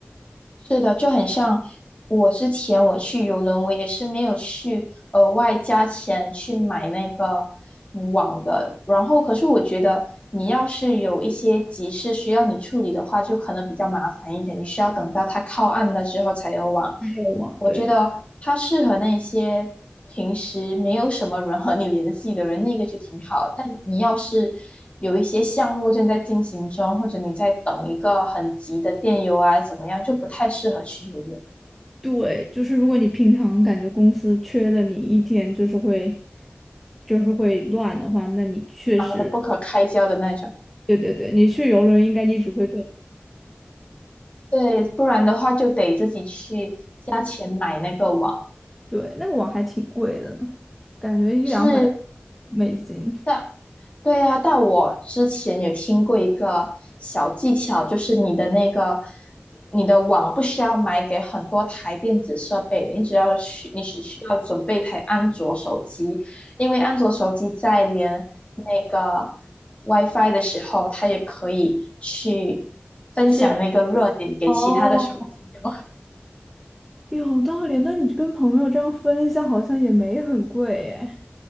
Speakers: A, on the left; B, in the centre.
A: 是的，就很像我之前我去游轮，我也是没有去额外加钱去买那个网的。然后，可是我觉得你要是有一些急事需要你处理的话，就可能比较麻烦一点，你需要等到它靠岸了之后才有网。
B: 还有网，
A: 我觉得它适合那些平时没有什么人和你联系的人，
B: 对对
A: 那个就挺好。但你要是有一些项目正在进行中，或者你在等一个很急的电邮啊，怎么样，就不太适合去游泳，
B: 对，就是如果你平常感觉公司缺了你一天，就是会就是会乱的话，那你确实，
A: 忙得不可开交的那种。
B: 对对对，你去游轮应该你只会更。
A: 对，不然的话就得自己去加钱买那个网。
B: 对，那个网还挺贵的呢，感觉一两百
A: 是，
B: 美金。
A: 但对啊，但我之前也听过一个小技巧，就是你的那个你的网不需要买给很多台电子设备，你只要需你只需要准备一台安卓手机，因为安卓手机在连那个 WiFi 的时候，它也可以去分享那个热点给其他的手机用。
B: 是哦，有道理，那你就跟朋友这样分一下，好像也没很贵耶。